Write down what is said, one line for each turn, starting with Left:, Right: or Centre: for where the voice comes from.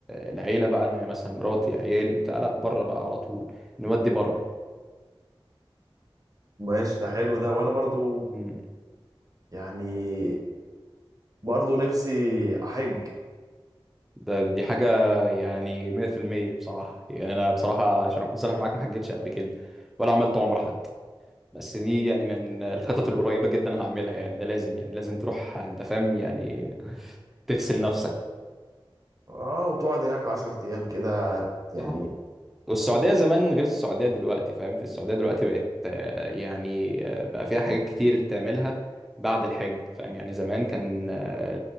Centre: العيله بقى ان هي مثلا مراتي عيالي بتاع لا بره بقى على طول نودي بره
Right: ماشي ده حلو ده وانا برضو
Centre: مم.
Right: يعني برضو نفسي احج
Centre: ده دي حاجه يعني 100% بصراحه يعني انا بصراحه عشان اكون صريح معاك ما حجتش قبل كده ولا عملت عمره حتى بس دي يعني من الخطط القريبة جدا هعملها يعني ده لازم يعني لازم تروح انت فاهم يعني <laughs> تغسل نفسك
Right: اه وتقعد هناك عشر ايام كده يعني
Centre: صح والسعودية زمان غير السعودية دلوقتي فاهم في السعودية دلوقتي بقت آه، يعني آه، بقى فيها حاجات كتير تعملها بعد الحج فاهم يعني زمان كان آه،